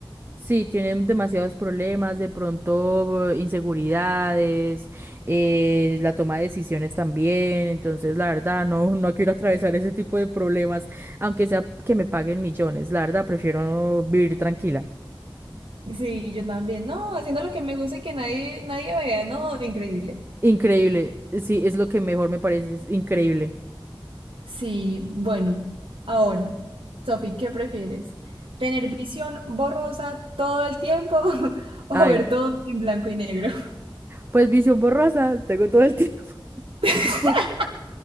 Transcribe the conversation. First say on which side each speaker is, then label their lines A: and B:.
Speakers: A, on the right; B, on the right.
A: sí, tienen demasiados problemas, de pronto eh, inseguridades, eh, la toma de decisiones también, entonces la verdad no, no quiero atravesar ese tipo de problemas, aunque sea que me paguen millones, la verdad prefiero vivir tranquila.
B: Sí, yo también, no, haciendo lo que me gusta y que nadie, nadie vea, no, increíble.
A: Increíble, sí, es lo que mejor me parece, es increíble.
B: Sí, bueno, ahora, Sofi, ¿qué prefieres? ¿Tener visión borrosa todo el tiempo <laughs> o
A: Ay,
B: ver todo en blanco y negro?
A: pues visión borrosa, tengo todo el <laughs> tiempo.
B: <laughs>
A: <laughs> Por-